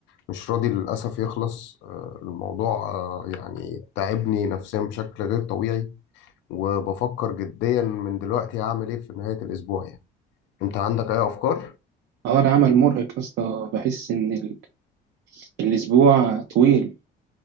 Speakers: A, on the left; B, on the right.
A: مش راضي للاسف يخلص آه، الموضوع آه، يعني تعبني نفسيا بشكل غير طبيعي وبفكر جديا من دلوقتي هعمل ايه في نهايه الاسبوع يعني انت عندك اي افكار
B: أه العمل مرهق يا اسطى بحس إن ال- الأسبوع طويل